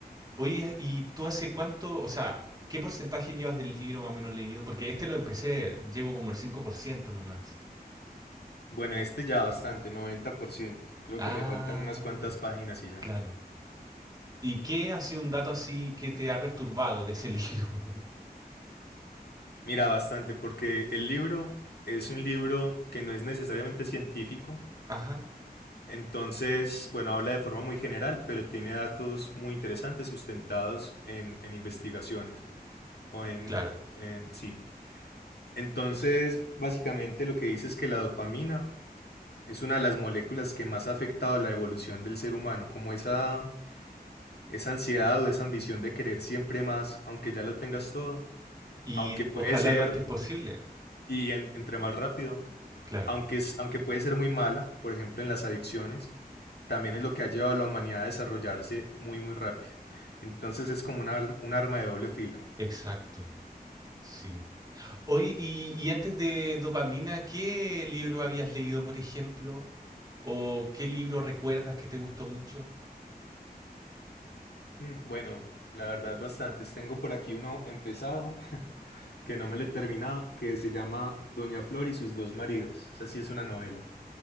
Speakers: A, on the right; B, on the left.
A: Oye, ¿y tú hace cuánto, o sea, qué porcentaje llevas del libro más o menos leído? Porque este lo empecé, llevo como el 5% nomás.
B: Bueno, este ya bastante, 90%. Creo
A: Ah,
B: que me faltan unas cuantas páginas y ya.
A: claro. ¿Y qué ha sido un dato así que te ha perturbado de ese libro?
B: Mira, bastante, porque el libro es un libro que no es necesariamente científico.
A: <laughs> Ajá,
B: Entonces, bueno, habla de forma muy general, pero tiene datos muy interesantes sustentados en, en investigaciones o en,
A: claro.
B: en- sí, Entonces, básicamente lo que dice es que la dopamina es una de las moléculas que más ha afectado la evolución del ser humano, como esa, esa ansiedad o esa ambición de querer siempre más, aunque ya lo tengas todo,
A: Y
B: aunque puede
A: ojalá
B: ser,
A: lo antes posible.
B: y en- entre más rápido,
A: Claro,
B: aunque, es, aunque puede ser muy mala, por ejemplo en las adicciones, también es lo que ha llevado a la humanidad a desarrollarse muy muy rápido. Entonces es como una ar- un arma de doble filo.
A: exacto. Sí. Hoy, y, y antes de dopamina, ¿qué libro habías leído, por ejemplo? ¿O qué libro recuerdas que te gustó mucho?
B: Mm, Bueno, la verdad bastantes. Tengo por aquí uno empezado que no me le he terminado, que se llama Doña Flor y sus dos maridos. O sea, sí es una novela.